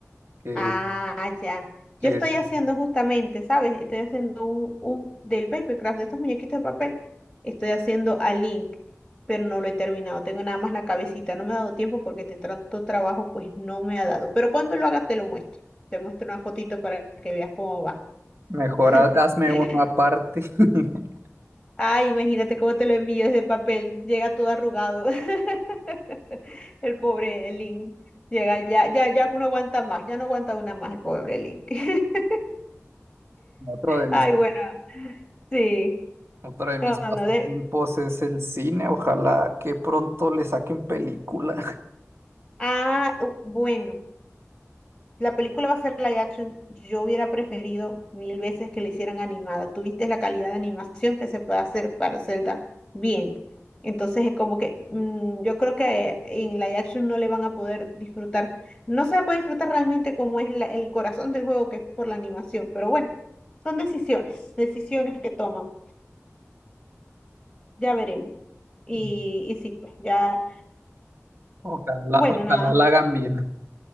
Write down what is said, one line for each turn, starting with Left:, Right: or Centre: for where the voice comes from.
Right: que,
Centre: Ah, ya.
Right: que
Centre: Yo estoy
Right: es-
Centre: haciendo justamente, ¿sabes? Estoy haciendo un, un del papercraft, de estos muñequitos de papel. Estoy haciendo a Link, pero no lo he terminado. Tengo nada más la cabecita. No me ha dado tiempo porque de tanto trabajo, pues no me ha dado. Pero cuando lo haga, te lo muestro. Te muestro una fotito para que veas cómo va.
Right: mejor
Centre: <laughs>
Right: ha- hazme uno aparte, <laughs>
Centre: Ay, imagínate cómo te lo envío ese papel. Llega todo arrugado. <laughs> El pobre Link. Llega ya, ya, ya no aguanta más. Ya no aguanta una más el pobre Link. <laughs>
Right: otro de mis...
Centre: Ay, bueno, sí.
Right: Otro de
Centre: No,
Right: mis
Centre: no,
Right: pasatiempos
Centre: no, de...
Right: es el cine. Ojalá que pronto le saquen película.
Centre: Ah, u- bueno, la película va a ser live action. Yo hubiera preferido mil veces que la hicieran animada. Tuviste la calidad de animación que se puede hacer para Zelda bien. Entonces es como que mm, yo creo que eh, en live action no le van a poder disfrutar. No se va a poder disfrutar realmente como es la- el corazón del juego, que es por la animación. Pero bueno, son decisiones, decisiones que toman. Ya veremos. Y,
Right: <laughs>
Centre: y sí, pues ya.
Right: Ojalá,
Centre: Bueno,
Right: ojalá
Centre: nada.
Right: la hagan bien.